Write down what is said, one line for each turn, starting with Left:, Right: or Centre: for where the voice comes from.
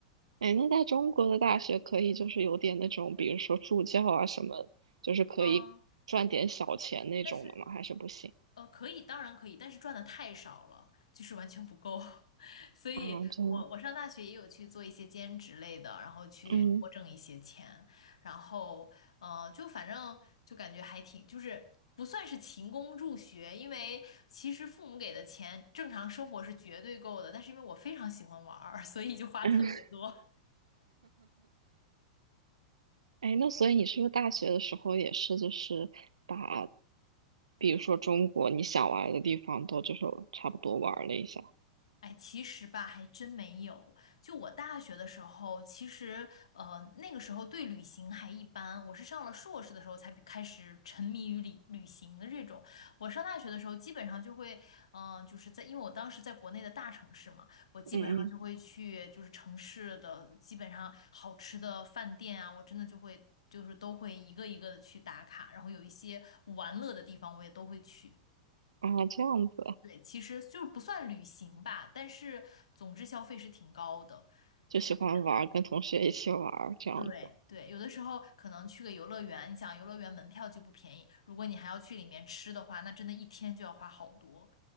Right: 哎，那在中国的大学可以就是有点那种，比如说助教啊什么，就是可以赚点小钱那种的吗？
Left: 嗯。但是
Right: 还是不行
Left: 呃，可以，当然可以，但是赚的太少了，就是完全不够。<laughs> 所以我我上大学也有去做一些兼职类的，
Right: 啊？这
Left: 然后去多挣一些钱，
Right: 嗯
Left: 然后呃，就反正就感觉还挺，就是不算是勤工助学，因为其实父母给的钱正常生活是绝对够的，但是因为我非常喜欢玩儿，所以就花特别多。
Right: 嗯。哎，那所以你是不是大学的时候也是，就是把，比如说中国你想玩的地方都就是差不多玩了一下？
Left: 哎，其实吧，还真没有。就我大学的时候，其实呃，那个时候对旅行还一般。我是上了硕士的时候才比开始沉迷于旅旅行的这种。我上大学的时候，基本上就会，嗯、就是在，因为我当时在国内的大城市嘛，我基本上就会去，
Right: 嗯
Left: 就是城市的基本上好吃的饭店啊，我真的就会，就是都会一个一个的去打卡，然后有一些玩乐的地方，我也都会去。
Right: 嗯，啊，这样子
Left: 对，其实就是不算旅行吧，但是总之消费是挺高的，
Right: 就喜欢玩跟同学一起玩儿这样子。
Left: 就觉得很对对，有的时候可能去个游乐园，你想游乐园门票就不便宜，如果你还要去里面吃的话，那真的一天就要花好多，